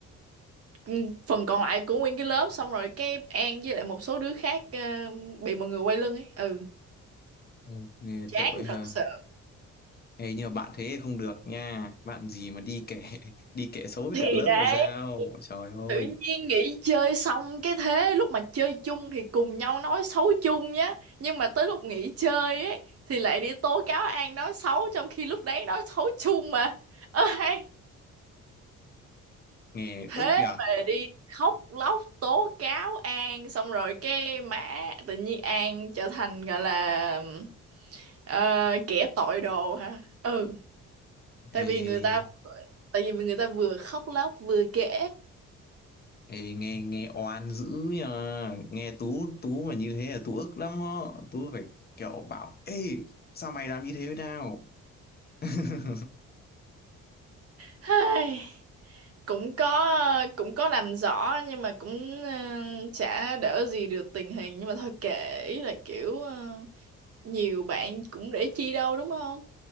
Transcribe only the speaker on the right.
ừ, phần còn lại của nguyên cái lớp xong rồi cái An với lại một số đứa khác ờ, bị mọi người quay lưng ấy ừ
chán
thật sự
thì
đấy
tự nhiên nghỉ chơi xong cái thế lúc mà chơi chung thì cùng nhau nói xấu chung nhá nhưng mà tới lúc nghỉ chơi ấy thì lại đi tố cáo An nói xấu trong khi lúc đấy nói xấu chung mà ơ hay
thế
mà đi khóc lóc tố cáo An xong rồi cái mã tự nhiên An trở thành gọi là ờ, kẻ tội đồ hả ừ
tại vì người ta tại vì người ta vừa khóc lóc vừa kể
hay cũng có cũng có làm rõ nhưng mà cũng ờ, chả đỡ gì được tình hình nhưng mà thôi kệ ý là kiểu ờ, nhiều bạn cũng để chi đâu đúng không